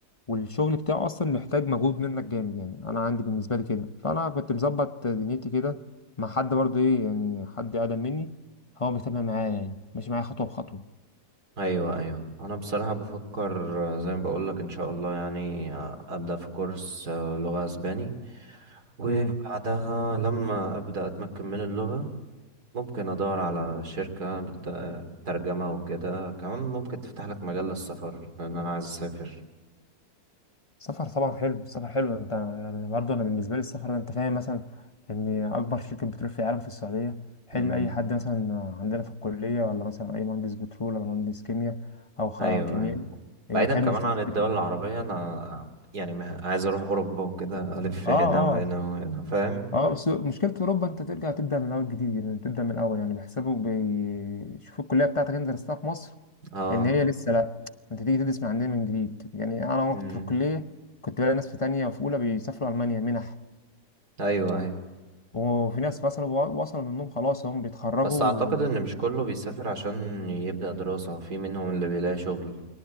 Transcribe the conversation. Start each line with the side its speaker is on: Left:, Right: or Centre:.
Left: والشغل بتاعه اصلا محتاج مجهود منك جامد يعني انا عندي بالنسبه لي كده فانا كنت مظبط دنيتي كده مع حد برضه ايه يعني حد اقدم مني هو بيتابع معايا يعني ماشي معايا خطوه بخطوه
Right: ايوه ايوه انا بصراحة بفكر آه، زي ما بقولك ان شاء الله يعني آه، ابدأ في كورس آه، لغة اسباني وبعدها
Left: امم
Right: لما ابدأ اتمكن من اللغة ممكن ادور على شركة بت- ترجمة وكده كمان ممكن تفتح لك مجال للسفر لان انا عايز اسافر
Left: السفر طبعا حلو السفر حلو انت أنا برضه انا بالنسبه لي السفر ده انت فاهم مثلا ان اكبر شركه بترول في العالم في السعوديه حلم
Right: امم
Left: اي حد مثلا عندنا في الكليه ولا مثلا اي مهندس بترول ولا مهندس كيمياء او خ-
Right: ايوه
Left: كيميائي
Right: أيوة. بعيدا
Left: حلم
Right: كمان
Left: يشتغل
Right: عن
Left: في
Right: الدول
Left: شركه
Right: العربية انا يعني مه- عايز اروح اوروبا وكده الف
Left: اه
Right: هنا وهنا
Left: اه
Right: وهنا فاهم
Left: اه بس مشكلة أوروبا أنت ترجع تبدأ من الأول جديد يعني تبدأ من الأول يعني بيحسبوا بيشوفوا الكلية بتاعتك أنت درستها في مصر
Right: اه
Left: إن هي لسه لأ أنت تيجي تدرس من عندنا من جديد يعني أنا وأنا
Right: امم
Left: كنت في الكلية كنت بلاقي ناس في تانية وفي أولى بيسافروا ألمانيا منح
Right: ايوه ايوه
Left: وفي ناس مثلا و- وصلوا منهم خلاص هم بيتخرجوا
Right: بس اعتقد ان مش كله بيسافر عشان يبدأ دراسة في منهم اللي بيلاقي شغل